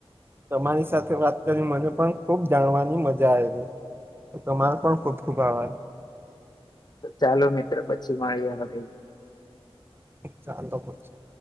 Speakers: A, on the right (about 20°); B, on the left (about 40°).
A: તમારી સાથે વાત કરી મને પણ ખુબ જાણવાની મજા આવે છે તો તમારો પણ ખુબ ખુબ આભાર
B: ચાલો મિત્રો પછી મલીએ પછી
A: ચાલો પછી